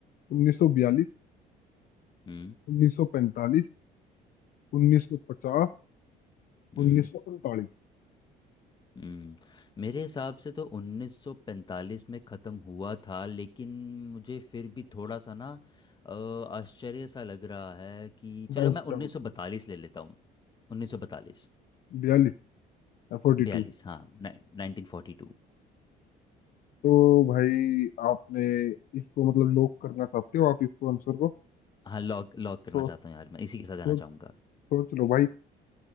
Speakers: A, on the left; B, on the left.
A: उन्नीस सौ बयालीस
B: हम्म
A: उन्नीस सौ पैंतालीस उन्नीस सौ पचास
B: हम्म
A: उन्नीस सौ उनतालीस
B: हम्म मेरे हिसाब से तो 1945 में ख़त्म हुआ था लेकिन मुझे फिर भी थोड़ा सा ना अ, आश्चर्य सा लग रहा है कि चलो
A: Doubt
B: मैं
A: doubt
B: 1942 ले लेता हूँ 1942 बयालीस
A: बयालीस फोर्टी
B: बयालीस,
A: टू
B: हाँ नाइनटीन फोर्टी टू
A: तो भाई आपने इसको मतलब लॉक करना चाहते हो आप इसको आंसर को
B: हाँ लॉक लॉक करना
A: तो
B: चाहता हूँ यार मैं इसी के साथ जाना
A: सोच
B: चाहूँगा
A: सोच लो भाई